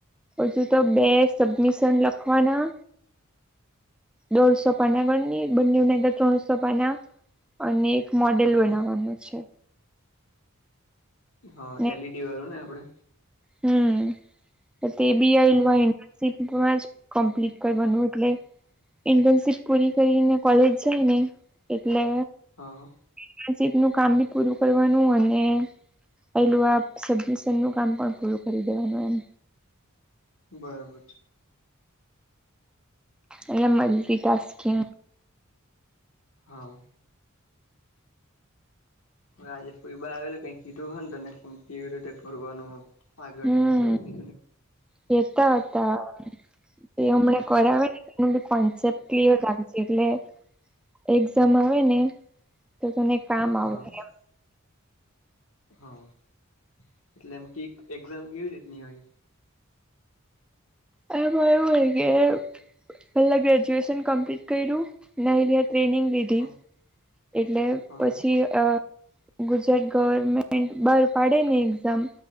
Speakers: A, in the centre; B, on the left (about 80°).
A: હજુ તો બે સબમિશન લખવાના. દોઢસો પાના ગણ ની બંને ઉને ત્રણસો પાના અને મોડેલ
B: હા
A: બનાવવાનું છે.
B: હા,
A: ને
B: એલ ઈ ડી વાળું ને આપડે.
A: હમ તે બી આઈલવાઈન
B: હમ
A: સિમ્પમાં જ કમ્પ્લીટ કરવાનું એટલે ઇન્ટનશીપ પૂરી કરીને કોલેજ જાય ને એટલે
B: હા અ.
A: ઇન્ટનશિપનું કામ બી પૂરું કરવાનું અને પેલું આ સબમિશનનું કામ પણ પૂરું કરી દેવાનું એમ
B: બરાબર છે.
A: એણે મલ્ટીટાસ્કીિંગ.
B: હા. આજે કોઈ બાર આવેલું કઈ કીધું હોને તને કેમ કેવી રીતે કરવાનું. આગળ
A: હું
B: એમ એવું કઈ તને
A: કેતા હતા તે અમણે
B: હા
A: કરાવે ને નું બિ કોન્સેપ્ટ ક્લિયર રાખજે એટલે એક્ઝામ આવે ને તો તને કામ
B: હા
A: આવહે એમ
B: હા એટલે એમ કે એક્ઝામ કેવી રીતની હોય.
A: આમાં એવું હોય કે. પેલા ગ્રેજ્યુએશન કમ્પ્લીટ કયરું ને અયરી આ ટ્રેનિંગ લીધી.
B: હા
A: ધી એટલે
B: હા
A: પછી. અ ગુજરાત ગવર્મેન્ટ બાર પાડે ને એક્ઝામ